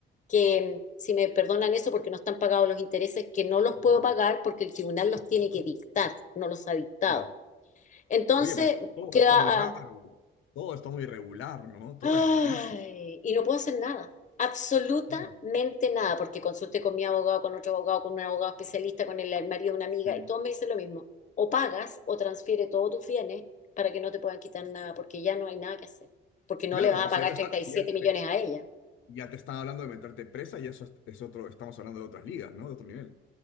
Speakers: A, on the left; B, on the left.
A: que mm, si me perdonan eso porque no están pagados los intereses, que no los
B: Wow,
A: puedo pagar porque el tribunal los tiene que dictar, no los ha dictado.
B: ya.
A: Entonces,
B: Oye, pero todo
A: queda
B: está muy raro.
A: a,
B: Todo está muy irregular, ¿no? Todo
A: Ay,
B: es rarísimo.
A: y no puedo hacer nada, absolutamente
B: Claro.
A: nada, porque consulté con mi abogado, con otro abogado, con un abogado especialista, con el marido de una amiga,
B: Sí.
A: y todos me dicen lo mismo. O pagas o transfiere todos tus bienes para que no te puedan quitar nada, porque ya no hay nada que hacer, porque no
B: Claro,
A: le vas
B: pero
A: a pagar
B: si ya te
A: treinta
B: está,
A: y
B: si
A: siete
B: ya
A: millones
B: te,
A: a ella.
B: ya te están hablando de meterte presa, y eso es, es otro, estamos hablando de otras ligas, ¿no? De otro nivel.